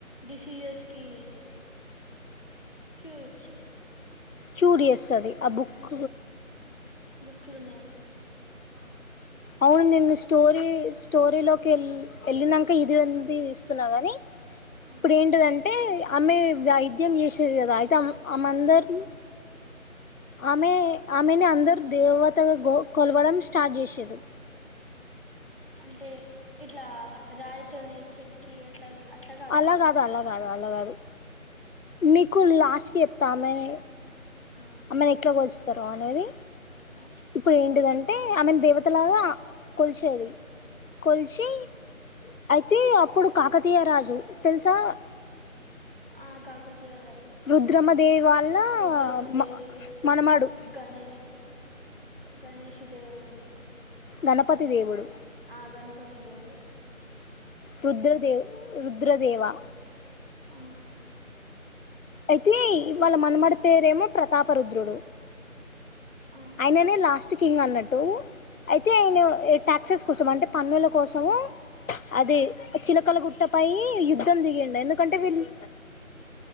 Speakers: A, on the left (about 40°); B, on the left (about 70°).
A: డిసీజెస్ కి క్యూ ఇచ్చ
B: చూడ వస్తుంది ఆ బుక్
A: బుక్లు ఉన్నాయని
B: అవును నిను స్టోరీ స్టోరీలోకి వెళ్ వెళ్ళాక ఇది ఉంది ఇస్తున్నా కానీ
A: ఆ
B: ఇప్పుడ ఏంటదంటే ఆమె వైద్యం చేసేది కదా అయితే ఆమందరిని ఆమె ఆమెని అందరుూ దేవతగా కొలవడం స్టార్ట్ చేసారు
A: అంటే ఇట్లా రాయితోని చెక్కి అట్లా అట్లా
B: అలా
A: కదా
B: కాదు అలా కాదు అలా కాదు మీీకు లాస్ట్కి చెప్తామని ఆమెని
A: ఆ
B: ఆమ్మెని ఎక్కలాకి వచ్చుతారు అనేది
A: ఆ
B: ఇప్పుడు ఏంటిదంటే ఐ మీన్ దేవతలాగా కొల్చేది కొల్చీ అయితే అప్పుడు కాకతీయ రాజు తెలుసా
A: ఆ కాకతీయ రాజు
B: రుద్రమ దేవి వాళ్ళ
A: రుద్రమదేవి
B: మ మనమాడు
A: గణే గణేష్ దేవుడు
B: గణపతి దేవుడు
A: ఆ గణపతి దేవుడు
B: రుద్రదేవ్ రుద్రదేవా
A: ఆ
B: అయితే ఇవాళ మనమడి పేరేమో ప్రతాప రుద్రుడు
A: ఆ
B: ఆయననే లాస్ట్ కింగ్ అన్నట్టు అయితే ఆయన టాక్సెస్ కోసం అంటే పన్నుల కోసం అదే చిలకల గుట్టపై యుద్ధం దియండి ఎందుకంటే వీళ్ళు